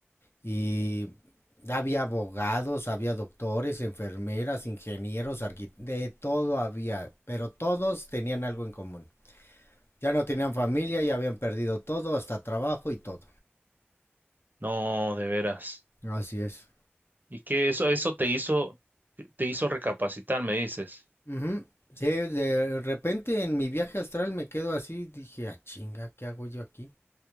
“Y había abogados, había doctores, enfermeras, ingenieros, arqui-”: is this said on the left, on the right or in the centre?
Left